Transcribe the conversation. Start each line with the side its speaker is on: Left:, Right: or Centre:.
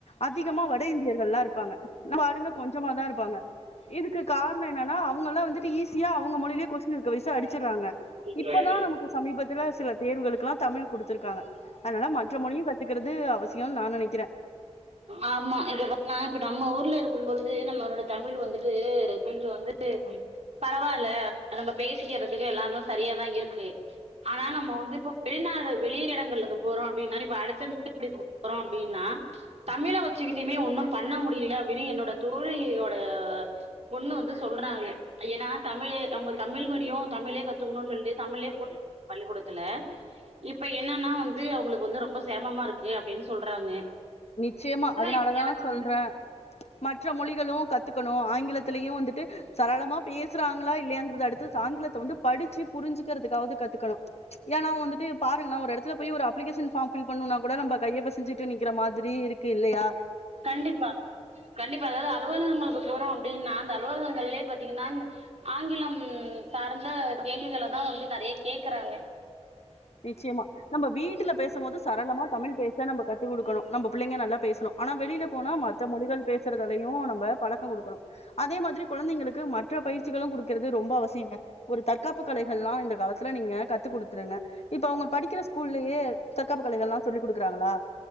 Left: அதிகமா வட இந்தியர்கள்லா இருப்பாங்க நம்மாளுங்க கொஞ்சமா தாருப்பாங்க இதுக்கு கார்ணோ என்னன்னா அவுங்கல்லா வந்துட்டு ஈ சியா அவுங்க மொழிலே கொஸ்டின் இருக்க வய்சு அடிச்சுராங்க
Right: இல்ல
Left: இப்பதா
Right: இது
Left: நமக்கு சமீபத்துல சில தேர்வுகளுக்கல்லா தமிழ் குடுத்திருக்காங்க ஆனால மற்ற மொழியு த்துக்கறது அவசியோன் நா நெனைக்கிறே
Right: ஆமா இப்ப பாத்தம்னா இப்ப நம்ம ஊர்ல இருக்கும்பொழுது நம்மளோட தமிழ் வந்துட்டு கொஞ்சோ வந்து பரவால்ல நம்ம பேசிக்கிறதுக்கு எல்லாரு சரியாதா இருக்கு ஆனா நம்ம வந்து இப்ப வெளிநாடு வெளி இடங்களுக்கு போறோ அப்டின்னா இப்ப அடுத்த மேல்படிப்பு போறோ அப்டின்னா தமிழ வச்சுக்கிட்டுமே ஒன்னு பண்ண முடில அப்டின்னு என்னோட தோழியோட பொண்ணு வந்து சொல்றாங்க ஏன்னா தமிழு அவுங்க தமிழ் மீடியோ தமிழே கத்துக்கணுன் சொல்லிட்டு தமிழே போட்டாங்க பள்ளிக்கூடத்துல இப்ப என்னன்னா வந்து அவுங்களுக்கு வந்து ரொம்ப செரமமாருக்கு அப்டின் சொல்றாங்க
Left: நிச்சயமா அதனாலதா
Right: இப்ப எனக்கு
Left: சொல்றே மற்ற மொழிகளு கத்துக்கணு ஆங்கிலத்திலயு வந்துட்டு சரளமா பேசுறாங்ளா இல்லயான்றத அடுத்து ஆங்கிலத்த வந்து படிச்சு புரிஞ்சுக்றதுக்காவது கத்துக்கணு ஏனா வந்துட்டு பாருங்களே ஒரு எடத்துல போய் ஒரு அப்ளிகேஷன் ஃபார்ம் ஃபில் பண்ணணுனா கூட நம்ப கைய பெசஞ்சிட்டு நிக்கிற மா திரி இருக்கு இல்லயா
Right: கண்டிப்பா கண்டிப்பா அதாது அலுவலகங்களுக்கு போறோ அப்டின்னா அந்த அலுவலகங்கள்லே பாத்திங்கன்னா ஆங்கிலம் சார்ந்த கேள்விகள தா வந்து நறைய கேக்குறாங்க
Left: நிச்சியமா நம்ம வீட்டுல பேசும்போது சரளமா தமிழ் பேச நம்ம கத்து குடுக்கணு நம்ம புள்ளைங்க நல்லா பேஸ்ணு ஆனா வெளில போனா மற்ற மொழிகள் பேசுறதலயு நம்ம பழக்கோ குடுக்குணு அதே மாதிரி குழந்தைங்களுக்கு மற்ற பயிற்சிகளு குடுக்கறது ரொம்ப அவசியங்க ஒரு தற்காப்பு கலைகள்லா இந்த காலத்துல நீங்க கத்து குடுத்துருங்க இப்ப அவுங்க படிக்கிற ஸ்கூல்லியே தற்காப்பு கலைகள்லா சொல்லி குடுக்குறாங்களா